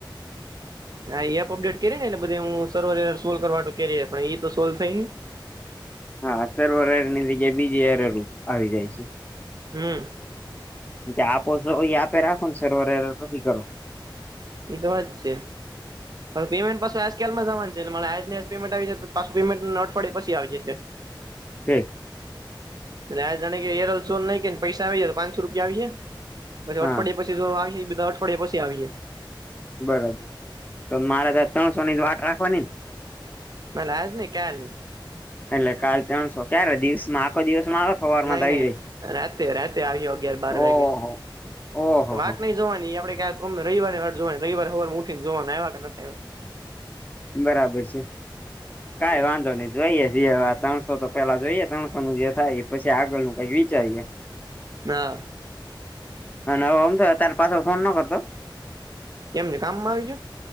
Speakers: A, on the right (about 50°); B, on the left (about 20°).
A: હા એપ અપડેટ કરીએ ને એટલે બધે હું સવ સોલ્વ કરવા કરીએ પણ એ તો સોલ્વ થાય ને
B: હા સરોવર હર ની જગ્યાએ બીજી હરર આવી જાય છે.
A: હમ.
B: આપો આપે રાખો ને સરોવર પછી કરો.
A: એ તો વાત છે પણ પેમેન્ટ પાછું આજકાલમાં જવાનું છે. લે આજ પેમેન્ટ આવી જશે પાછું પેમેન્ટ અવાડય પછી આવી જશે.
B: ઠીક.
A: એટલે આ જાણે કે એરલસો નઈ કે પૈસા આવી જાય તો પાંચસો રૂપિયા આવી છે. પછી
B: હા
A: અઠવાડિયા પછી જો આવી એ બધા અઠવાડિયા પછીએ.
B: બરાબર તો મારે ત ત્રણસોની વાટ રાખવાની ને.
A: પણ આજ નહીં કાલ.
B: એટલે કાલ ત્રણસો ક્યારે દિવસ માં આખો દિવસમાં આવે. સવારમાં
A: નહી
B: તો આવી
A: નઈ
B: જાય
A: રાતે રાતે આવ્યો અગિયાર બાર વાગે.
B: ઓહો ઓહો
A: વાત
B: હો
A: નહી જોવાની આપડે ક. તમને રવિરની વાર જોવા રવિવારેવાર ઉઠને જોવા આવ્યા કે નથી્યા.
B: બરાબર છે
A: આવ્યા.
B: કઈ વાંધો નહી. જોઈએ ત્રણસો તો પેલા જોઈએ ત્રણસો નું જે થાય પછી આગળ નું કઈક વિચારીએે.
A: <unintelligible> ના.
B: અને હવેમ તો ત્યારે પાછ ફોન ના કરતો.
A: કેમ છે કામમાં આવીજું.